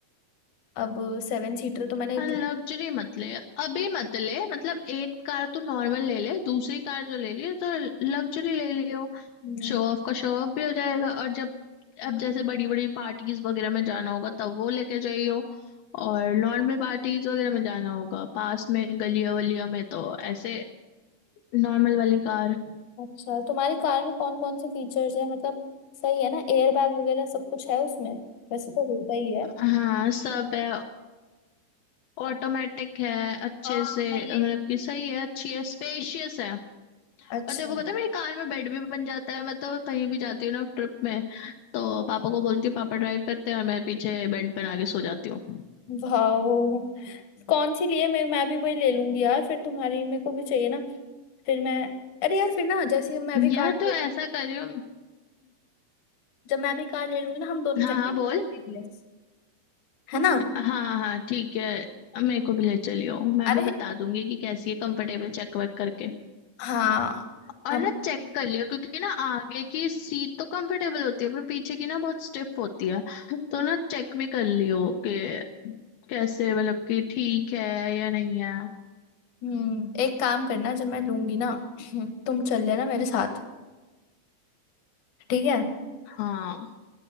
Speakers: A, on the left; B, on the left.
A: अब सेवन सीटर तो मैंने इत...
B: लग्जरी मत ले अभी मत ले मतलब एक कार तो नॉर्मल ले ले दूसरी कार जो ले लियो तो लग्जरी ले लियो
A: हम्म,
B: शो ऑफ का शो ऑफ भी हो जाएगा और जब अब जैसे बड़ी बड़ी पार्टीज वगैरह में जाना होगा तब वो लेके जाइयो और नॉर्मल पार्टीज वगैरह में जाना होगा पास में गलियों वलियों में तो ऐसे नॉर्मल वाली कार
A: अच्छा तुम्हारी कार में कौन कौन से फीचर्स है मतलब सही है ना एयर बैग वगैरह सब कुछ है उसमें वैसे तो होता ही है
B: हाँ सब है ऑटोमेटिक है अच्छे
A: हाँ
B: से
A: मैं ये
B: मतलब कि सही है अच्छी है स्पेशियस है और
A: अच्छा
B: तेरे को पता है मेरी कार में बेड भी बन जाता है मैं तो कहीं भी जाती हूँ ना ट्रिप में तो पापा को बोलती हूँ पापा ड्राइव करते हैं और मैं पीछे बेल्ट बना के सो जाती हूँ
A: वाओ कौन सी लिए मैं मैं भी वही ले लूंगी यार फिर तुम्हारी मेरे को भी चाहिए ना फिर मैं अरे यार फिर ना जैसे मैं भी
B: यह
A: कार
B: तो ऐसा करियो
A: जब मैं भी कार ले लूंगी ना हम दोनों
B: हाँ
A: जाएंगे
B: हाँ
A: घूमने
B: बोल
A: के लिए, है ना
B: हाँ हाँ ठीक है मेरे को भी ले चलियो मैं
A: अरे
B: भी बता दूंगी कि कैसी है कंफर्टेबल चेक वेक करके
A: हाँ
B: और
A: हम
B: ना चेक कर लियो क्योंकि ना आगे की सीट तो कंफर्टेबल होती है पर पीछे की ना बहुत स्टिफ होती है तो ना चेक भी कर लियो कि कैसे मतलब कि ठीक है या नहीं है
A: हम्म एक काम करना जब मैं लूंगी ना <clears throat> तुम चल लेना मेरे साथ ठीक है
B: हाँ